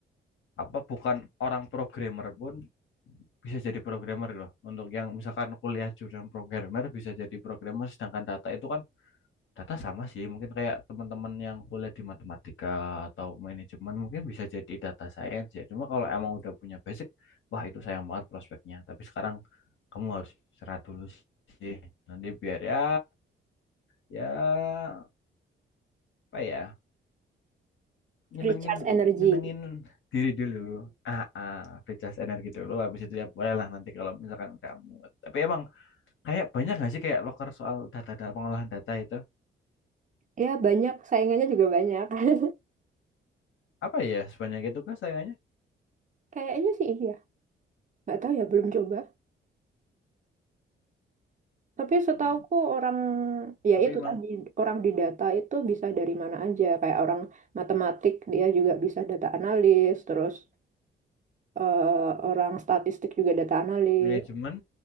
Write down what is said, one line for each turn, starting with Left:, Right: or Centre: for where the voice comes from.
Left: apa bukan orang programmer pun bisa jadi programmer loh. Untuk yang misalkan kuliah jurusan programmer bisa jadi programmer sedangkan data itu kan data sama sih. Mungkin kayak teman-teman yang kuliah di matematika atau manajemen mungkin bisa jadi data science ya. Cuma kalau emang udah punya basic, wah itu sayang banget prospeknya. Tapi sekarang kamu harus istirahat dulu sih. Nanti biar ya ya apa ya nyenengin
Right: Recharge energy.
Left: nyenengin diri dulu ah, ah recharge energi dulu habis itu ya boleh lah nanti kalau misalkan udah mood tapi emang kayak banyak nggak sih kayak loker soal data-data pengolahan data itu
Right: Ya banyak, saingannya juga banyak. <laughs>
Left: apa ya sebanyak itu kah sayangnya
Right: Kayaknya sih iya. Nggak tahu ya, belum coba. Tapi setauku
Left: Hmm,
Right: orang ya
Left: tapi
Right: itu
Left: mas
Right: tadi orang di data itu bisa dari mana aja kayak orang matematik dia juga bisa data analis terus eh, orang statistik juga data analis
Left: manajemen